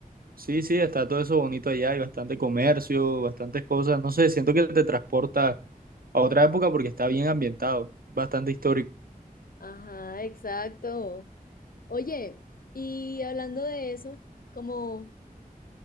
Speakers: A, on the right; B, on the left.
A: Sí, sí, está todo eso bonito allá, hay bastante comercio, bastantes cosas. No sé, siento que te transporta a otra época porque está bien ambientado, bastante histórico.
B: Ajá, exacto. Oye, y hablando de eso, como,